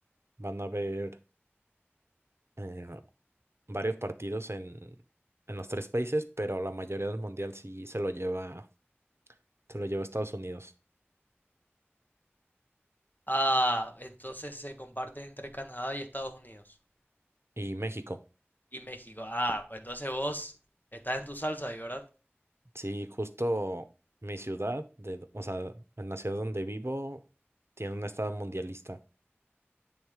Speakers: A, on the right (about 70°); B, on the left (about 45°).
A: Van a haber eh, varios partidos en, en los tres países, pero la mayoría del mundial sí se lo lleva, se lo lleva Estados Unidos
B: Ah, entonces se comparte entre Canadá y Estados Unidos.
A: y México.
B: Y México. Ah, pues entonces vos estás en tu salsa ahí, ¿verdad?
A: Sí, justo mi ciudad, de, do- o sea, en la ciudad donde vivo, tiene un estado mundialista.